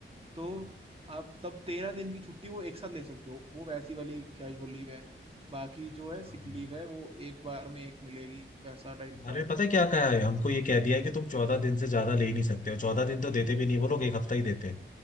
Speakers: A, on the right; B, on the left.
A: तो
B: हाँ
A: आप तब तेरह दिन की छुट्टी वो एक साथ ले सकते हो वो वैसी वाली कैजुअल लीव है बाकी जो है
B: हाँ,
A: सिक
B: हाँ।
A: लीव है वो एक बार में एक मिलेगी वैसा टाइप
B: हमारे
A: का है
B: पता है क्या कहा है हमको ये कह दिया है कि तुम चौदह दिन से ज्यादा ले ही नहीं सकते हो चौदह दिन तो देते भी नहीं वो लोग एक हफ्ता ही देते हैं